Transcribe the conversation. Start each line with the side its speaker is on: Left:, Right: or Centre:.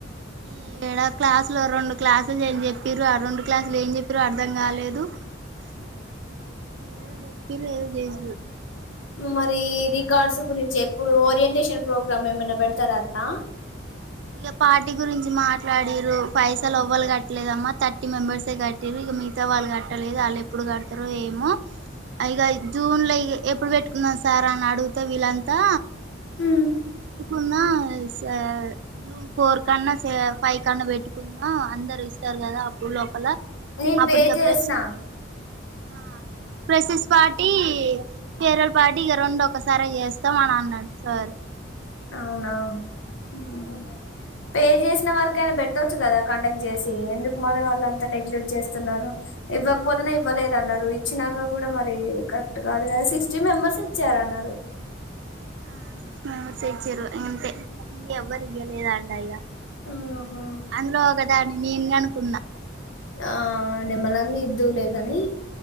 Right: ఈ ఏడా క్లాసులు రెండు క్లాసులు నేను చెప్ చెప్పిరు ఆ రెండు క్లాసులు ఏం చెప్పిరో అర్థం కాలేదు ఏదో చెప్పిరు ఏదో చేసిరు
Left: మరి రికార్డ్స్ గురించి ఎప్పుడు ఓరియంటేషన్ ప్రోగ్రామ్ ఏమైనా పెడతారా అటనా
Right: ఇక పార్టీ గురించి మాట్లాడిరు పైసలు ఎవ్వలు కట్టలేదమ్మా త థర్టీ మంబర్స్ కట్టిరు ఇంక మీ మిగతా వాళ్ళు కట్టలేదు ఆళ్ళు ఎప్పుడు కడతారు ఏమో ఇక జూన్ లో ఎప్పుడు పెట్టుకున్నాం సార్ అని అడుగుతే వీళ్ళంతా
Left: హ్మ్
Right: అన్నా సా జూన్ ఫోర్ కన్నా ఫైవ్ కన్నా పెట్టుకుందాం అ దరు ఇస్తారు కదా అప్పుడు లోపల
Left: నేను
Right: అప్పుడియప్పుడే
Left: పే చేసిన
Right: స ఆ ఫ్రెషర్స్ పార్టీ ఫేర్వల్ పార్టీ ఇక రెండు ఒకసారే చేస్తాం అని అన్నాడు సార్
Left: అవునా హ్మ్ పే చేసిన వరకైనా పెట్టొచ్చు కదా కండక్ట్ చేసి ఎందుకు మరి వాళ్ళు అంతా నెగ్లెక్ట్ చేస్తున్నారు ఇవ్వకపోతేనా ఇవ్వలేద అన్నారు ఇచ్చినాక కూడా మరి కరెక్ట్ కాదు కద సిక్స్టీ మెంబర్స్ ఇచ్చారన్నారు
Right: ఆ సిక్స్ మెంబర్స్ యిచ్చరు అంతే ఎవ్వరు ఇవ్వలేద్ అంట ఇగ
Left: ఆహా
Right: అందులో ఒక డా నేన్ గానీ కొన్నా
Left: ఆ నిమ్మలంగా ఇద్దులే గానీ